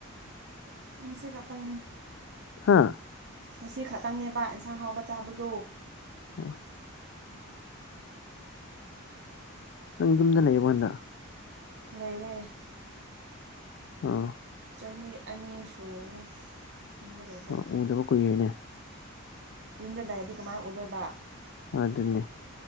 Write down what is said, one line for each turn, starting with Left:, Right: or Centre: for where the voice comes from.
Right: ꯉꯅꯨꯡ ꯁꯤ ꯀꯇꯪꯅꯦ
Left: ꯍꯥꯥ
Right: ꯉꯁꯤ ꯈꯛꯇꯪꯅꯦꯕ ꯏꯟꯁꯥꯡ ꯍꯥꯎꯕ ꯆꯥꯕꯗꯨ
Left: ꯑ ꯅꯪ ꯌꯨꯝꯗ ꯂꯩꯌꯦꯕ ꯍꯟꯗ
Right: ꯂꯩꯦ
Left: ꯑꯥ
Right: ꯆꯍꯤ ꯑꯅꯤ ꯁꯨꯔꯅꯤ ꯌꯨꯝꯗ ꯂꯩꯕ
Left: ꯑ ꯎꯗꯕ ꯀꯣꯏ ꯑꯦꯅꯦ
Right: ꯌꯨꯝꯁꯤꯜꯂꯔꯗꯤ ꯀꯃꯥꯏꯅ ꯎꯠꯗꯣꯏꯕ
Left: ꯑꯗꯨ ꯑꯗꯨꯅꯦꯦ